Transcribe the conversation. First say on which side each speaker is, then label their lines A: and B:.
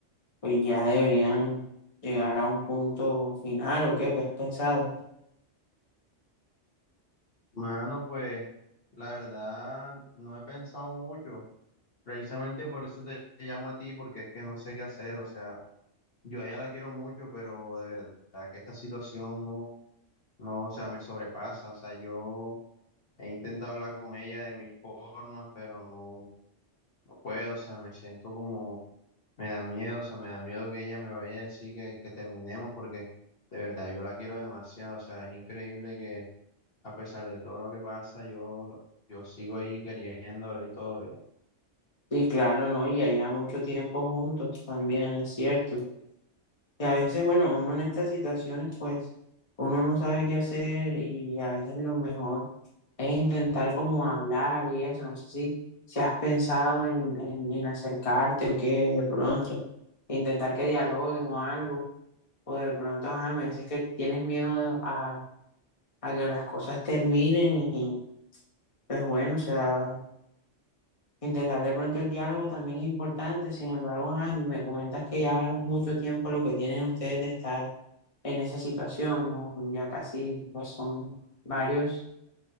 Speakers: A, on the left (about 30°); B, on the left (about 50°).
A: pues ya deberían llegar a un punto final o qué, ¿qué has pensado?
B: Mano, pues, la verdad, no he pensado mucho. Precisamente por eso te llamo a ti, porque es que no sé qué hacer. O sea, yo a ella la quiero mucho, pero de verdad que esta situación no, no, o sea, me sobrepasa. O sea, yo he intentado hablar con ella de mil formas, pero no, no puedo. O sea, me siento como Me da miedo, o sea, me da miedo que ella me vaya a decir que, que terminemos porque de verdad yo la quiero demasiado, o sea, es increíble que a pesar de todo lo que pasa, yo, yo sigo ahí queriéndola y todo. ya.
A: Sí, claro, ¿no? Y allá mucho tiempo juntos también, es cierto. Y a veces, bueno, uno en estas situaciones, pues, uno no sabe qué hacer y a veces lo mejor es intentar como hablar y eso. No sé si, si has pensado en, en, en acercarte o qué, de pronto, intentar que dialoguen o algo, o de pronto, ajá, me dices que tienes miedo a, a que las cosas terminen y, pues, bueno, o sea, intentar de pronto el diálogo también es importante. Sin embargo, ajá, me comentas que ya es mucho tiempo lo que tienen ustedes de estar en esa situación, ¿no? Ya casi pues son varios,